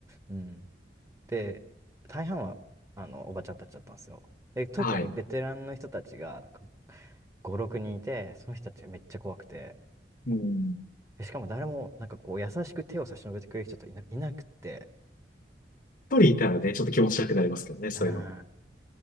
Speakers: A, on the right (about 20°); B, on the left (about 50°).
A: うん。で、大半は、あの、おばちゃんたちだったんですよ。で、特にベテランの人たちが、
B: はい。
A: なんか、5、6人いて、その人たちがめっちゃ怖くて、
B: うん。
A: しかも誰も、なんかこう、優しく手を差し伸べてくれる人といな、いなくて、
B: 一人いたらね、ちょっと気持ち悪くなりますけどね、そういうの。
A: うん。